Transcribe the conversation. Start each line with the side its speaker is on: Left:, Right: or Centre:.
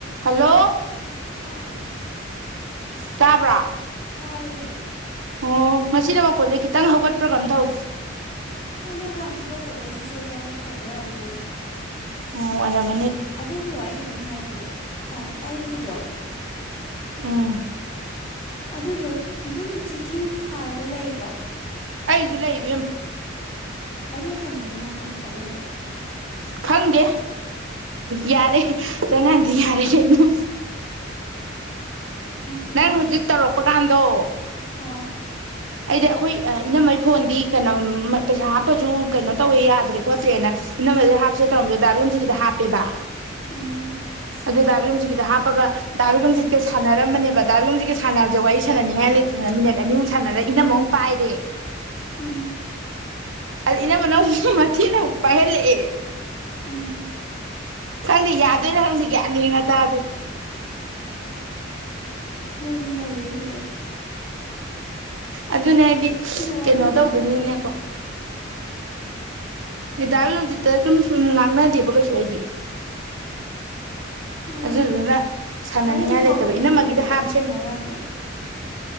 Right: hello
Left: ꯍꯥꯎ
Right: ꯇꯥꯕ꯭ꯔꯥ
Left: ꯇꯥꯏꯌꯦ
Right: ꯑꯣ ꯉꯅ ꯃꯈꯣꯏꯁꯦ ꯈꯤꯇꯪ ꯍꯧꯒꯠꯄ꯭ꯔꯣ ꯀꯝ ꯇꯧ
Left: ꯑꯣꯗ ꯊꯕꯛ ꯇꯧꯕꯩꯁꯤ ꯌꯧ ꯆꯥ ꯆꯧ ꯇꯧꯕ ꯑꯣꯏꯔꯝꯃꯥꯏꯅ
Right: ꯎꯝ ꯑꯣꯝ
Left: ꯑꯗꯨꯕꯨꯔꯣ ꯑꯩ ꯀꯩꯅꯣꯝ ꯍꯥꯏꯒꯦꯕ ꯑꯩꯒꯤꯗꯣ
Right: ꯎꯝ
Left: ꯑꯗꯨꯗꯣ ꯑꯗꯨꯝ ꯆꯦꯛꯀꯤꯡ ꯊꯥꯔꯒ ꯂꯩꯕ
Right: ꯑꯩꯁꯨ ꯂꯩ ꯂꯩꯕꯤ ꯑꯦꯝ
Left: ꯑꯗ ꯀꯃꯥꯏꯅꯅꯣ ꯀꯩꯅꯣ ꯆꯪꯉꯛꯏꯗꯣ
Right: ꯈꯪꯗꯦ ꯌꯥꯔꯦ ꯆꯪꯉꯗꯤ ꯌꯥꯔꯦ ꯀꯩꯅꯣ
Left: ꯀꯩꯅꯣ
Right: ꯅꯪ ꯍꯧꯖꯤꯛ ꯇꯧꯔꯛꯄ ꯀꯥꯟꯗ ꯗꯣ
Left: ꯑ
Right: ꯑꯩꯗꯤ ꯑꯩꯈꯣꯏ ꯏꯅꯝꯝꯕꯩ ꯐꯣꯟꯗꯤ ꯀꯩꯅꯣ ꯄꯩꯁꯥ ꯍꯥꯞꯄꯁꯨ ꯀꯩꯅꯣ ꯇꯧꯋꯦ ꯌꯥꯗ꯭ꯔꯦ ꯈꯣꯠꯇ꯭ꯔꯦꯅ ꯏꯅꯝꯃꯗ ꯍꯥꯞꯁꯦ ꯇꯧꯔꯝꯗ ꯗꯥꯔꯨꯟꯖꯤꯠ ꯀꯤꯗ ꯍꯥꯞꯄꯦꯕ
Left: ꯎꯝ
Right: ꯑꯗꯨ ꯗꯥꯕꯤꯔꯅꯨꯡꯖꯤꯠꯀꯤꯗ ꯍꯥꯞꯄꯒ ꯗꯥꯕꯤꯔꯅꯨꯡꯖꯤꯠꯀ ꯁꯥꯟꯅꯔꯝꯕꯅꯦꯕ ꯗꯥꯕꯤꯔꯅꯨꯡꯖꯤꯠꯀ ꯁꯥꯟꯅꯕꯁꯦ ꯋꯥꯔꯤ ꯁꯥꯟꯅꯅꯤꯡꯉꯥꯏ ꯂꯩꯇꯅ ꯃꯤꯠ ꯑꯅꯤꯃꯨꯛ ꯁꯥꯟꯅꯔꯛꯏ ꯏꯅꯝꯃꯥ ꯃꯨꯛ ꯄꯥꯏꯔꯦ
Left: ꯎꯝ
Right: ꯏꯅꯝꯃꯅꯥ ꯃꯇꯦꯛ ꯑꯃꯥ ꯃꯨꯛ ꯄꯥꯏꯍꯂꯑꯦ
Left: ꯎꯝ
Right: ꯈꯪꯗꯤ ꯌꯥꯗꯣꯏꯅ ꯈꯪꯗ ꯒꯌ꯭ꯥꯟ ꯃꯦꯟꯒꯥ ꯇꯥꯗꯦ
Left: ꯅꯣꯏꯗꯤ ꯅꯩꯔꯦꯍꯦ
Right: ꯑꯗꯨꯅꯦ ꯍꯥꯏꯗꯤ
Left: ꯋꯥꯔꯤꯕꯨ
Right: ꯀꯩꯅꯣ ꯇꯧꯗꯣꯏꯅꯤꯅꯀꯣ
Left: ꯀꯩꯅꯣ
Right: ꯍꯗꯥꯕꯤ ꯍꯧꯖꯤꯠꯇ ꯁꯨꯝ ꯁꯨꯝ ꯉꯥꯡꯅꯗꯦꯕ ꯀꯩꯁꯨ ꯑꯩꯗꯤ
Left: ꯑꯣ
Right: ꯑꯗꯨꯗꯨꯅ ꯁꯥꯟꯅꯅꯤꯡꯉꯥꯏ
Left: ꯑꯗꯨꯗꯤ ꯍꯧꯕꯗꯩ
Right: ꯂꯩꯇꯕ ꯏꯅꯝꯃꯒꯤꯗ
Left: ꯏꯔꯝꯃꯒ
Right: ꯍꯥꯞꯁꯦ
Left: ꯑꯗꯨꯝ ꯁꯥꯟꯅꯧ ꯌꯥꯗ꯭ꯔꯣ